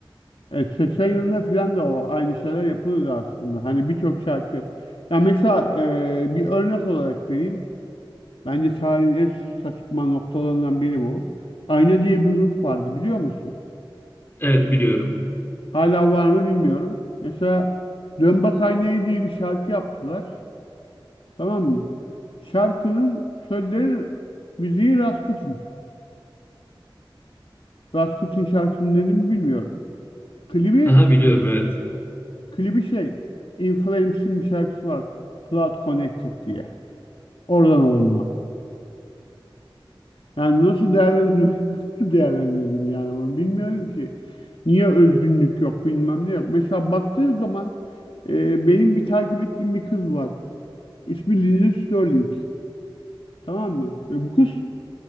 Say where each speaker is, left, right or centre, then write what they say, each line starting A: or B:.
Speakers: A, on the left (about 75°); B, on the left (about 25°).
A: evet 80 yılında filan da o aynı şeyler yapılıyordu aslında. Hani birçok şarkı. Ya mesela e, bir örnek olarak vereyim. Bence tarihin en saçma noktalarından biri bu. Ayna diye bir grup vardı biliyor musun?
B: Evet biliyorum.
A: Hala var mı bilmiyorum. Mesela Dön Bak Aynaya diye bir şarkı yaptılar. Tamam mı? Şarkının sözleri müziği Rasputin. Rasputin şarkısını dedim mi bilmiyorum. Klibi
B: Aha biliyorum evet.
A: klibi şey In Flames'in bir şarkısı var. Cloud Connected diye. Oradan alınma. Yani nasıl değerlendirmeyi <laughs> nasıl değerlendirdim yani onu bilmiyorum ki. Niye özgünlük yok bilmem ne yok. Mesela baktığın zaman e, benim bir takip ettiğim bir kız var. İsmi Lindsey Sterling. Tamam mı? Ve bu kız